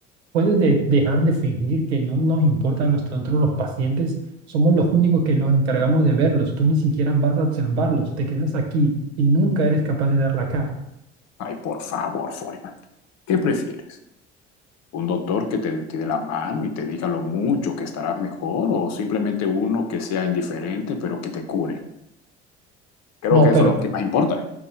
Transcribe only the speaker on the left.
Ay, por favor, Foreman, ¿qué prefieres? ¿Un doctor que te, te la mano y te diga lo mucho que estarás mejor o simplemente uno que sea indiferente pero que te cure? Creo
que
eso es lo que más importa.